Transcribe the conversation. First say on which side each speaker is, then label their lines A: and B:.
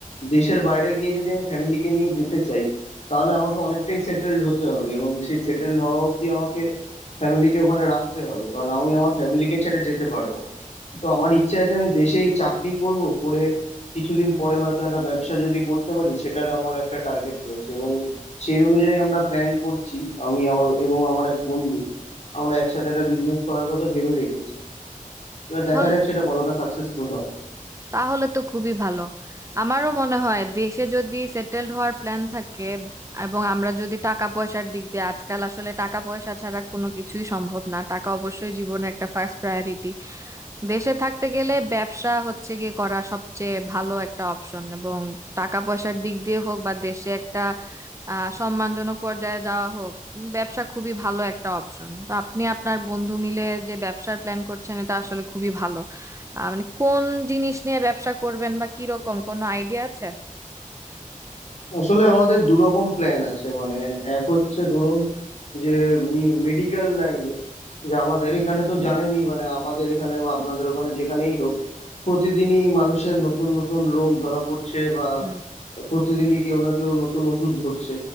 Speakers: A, on the left; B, on the right.
A: দেশের বাইরে গিয়ে যদি আমি ফ্যামিলিকে নিয়ে যেতে চাই তাহলে আমাকে অনেকটাই সেটেলড হতে হবে এবং সেই সেটেলড হওয়া অবধি আমাকে ফ্যামিলিকে ওখানে রাখতে হবে কারণ আমি আমার ফ্যামিলিকে ছেড়ে যেতে পারবো না তো আমার ইচ্ছা আছে আমি দেশেই চাকরি করব করে কিছুদিন পরে হয়তো একটা ব্যবসা যদি করতে পারি সেটার আমার একটা টার্গেট রয়েছে এবং সেই অনুযায়ী আমরা প্ল্যান করছি আমি আমার এবং আমার এক বন্ধু আমরা একসাথে একটা বিজনেস করার কথা ভেবে রেখেছি এবার
B: তাহল-
A: দেখা যাক সেটা কতটা সাকসেসফুল হয়
B: তাহলে তো খুবই ভালো আমারও মনে হয় দেশে যদি সেটেলড হওয়ার প্ল্যান থাকে এবং আমরা যদি টাকা পয়সার দিক দিয়ে আজকাল আসলে টাকা পয়সা ছাড়া কোনো কিছুই সম্ভব না টাকা অবশ্যই জীবনে একটা ফার্স্ট প্রায়োরিটি দেশে থাকতে গেলে ব্যবসা হচ্ছে গিয়ে করা সবচেয়ে ভালো একটা অপশন এবং টাকা পয়সার দিক দিয়ে হোক বা দেশে একটা আহ সম্মানজনক পর্যায়ে যাওয়া হোক উম, ব্যবসা খুবই ভালো একটা অপশন তো আপনি আপনার বন্ধু মিলে যে ব্যবসার প্ল্যান করছেন এটা আসলে খুবই ভালো আহ, মানে কোন জিনিস নিয়ে ব্যবসা করবেন বা কিরকম কোনো আইডিয়া আছে
A: আসলে আমাদের দু রকম প্ল্যান আছে মানে এক হচ্ছে ধরুন যে মেডিকেল লাইনে যে আমাদের এখানে তো জানেনই মানে আমাদের এখানে বা আপনাদের ওখানে যেখানেই হোক প্রতিদিনই মানুষের নতুন নতুন রোগ ধরা পড়ছে বা
B: হুম
A: প্রতিদিনই কেউ না কেউ নতুন ওষুধ ধরছে